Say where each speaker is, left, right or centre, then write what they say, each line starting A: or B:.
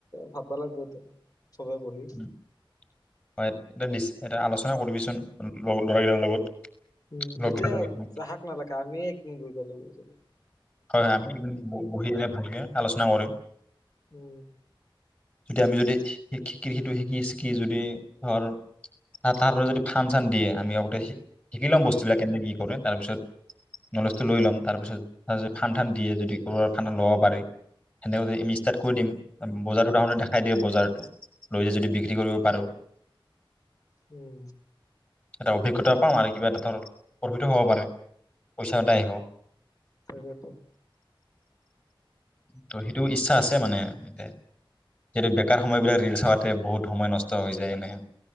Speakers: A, on the left; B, on the left.
A: ভাববা লাগিব ত চবে বহি
B: উম। হয় এটা দিছে এটা আলচনা কৰিবিচোন লগ দৰা কেইটাৰ লগত
A: উম
B: লগকেইটাৰ
A: এতিয়া
B: লগত।
A: চাহাক নালাগে আমি উম বুজালোঁ বুজালোঁ
B: হয় হয় আমিদিন বহি আনে ভালকে আলোচনা কৰিম‌
A: উম
B: যদি আমি যদি শিকি সিটো শিকি শিকি যদি ধৰ তাৰৰে যদি ফান চান দিয়ে আমি আগতে শিকি ল'ম
A: উম
B: বস্তুবিলাক কেনেকে কি কৰে তাৰপিছত নলেজটো লৈ ল'ম তাৰপিছত তাৰপিছ ফাণ্ড তান্ দিয়ে যদি ক'ৰবাৰ ফা্ড ল'ব পাৰে তেনেকৈ আমি ষ্টাৰ্ট কৰি দিম বজাৰটোতে দেখাই দিয়ে বজাৰটো লৈ য যদি বিক্ৰী কৰিব পাৰোঁ
A: উম
B: এটা অভিজ্ঞতা পাাম আৰু কিবা এটা ধৰ প্ৰফিত হ'ব পাৰে পইচা এটাই অহ
A: চাগেতো
B: ত' সেইটো ইচ্ছা আছে মানে এতে যিহেতু বেকাৰ সময়বিলাক ৰিল চ হওঁতে বহুত সময় নষ্ট হৈ যায় এনে